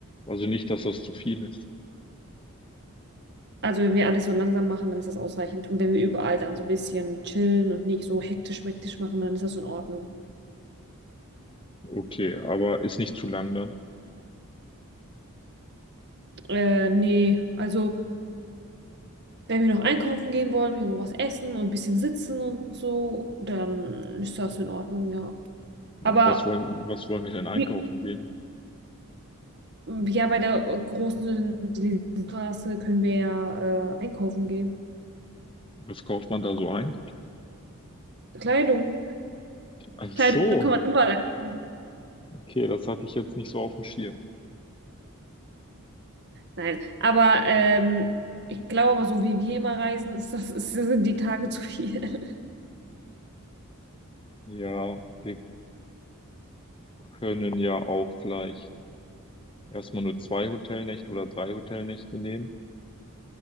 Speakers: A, on the left; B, on the right.
A: Also nicht, dass das zu viel ist.
B: Also wenn wir alles so langsam machen, dann ist das ausreichend. Und wenn wir überall dann so ein bisschen chillen und nicht so hektisch-mektisch machen, dann ist das in Ordnung.
A: Okay, aber ist nicht zu lang dann.
B: Äh, nee, also Wenn wir noch einkaufen gehen wollen, irgendwo was essen und ein bisschen sitzen und so, dann ist das in Ordnung, ja.
A: Was
B: Aber
A: wollen, was wollen wir denn einkaufen
B: wie-
A: gehen?
B: ja, bei der äh, großen Straße können wir ja äh, einkaufen gehen.
A: Was kauft man da so ein?
B: Kleidung.
A: Ach
B: Kleidung
A: so,
B: kann man überall einkaufen.
A: okay, das hatte ich jetzt nicht so auf dem Schirm.
B: Nein, aber ähm, ich glaube aber, so wie wir immer reisen, ist das, ist, sind die Tage zu viel. <laughs>
A: Ja, wir können ja auch vielleicht erstmal nur zwei Hotelnächte oder drei Hotelnächte nehmen.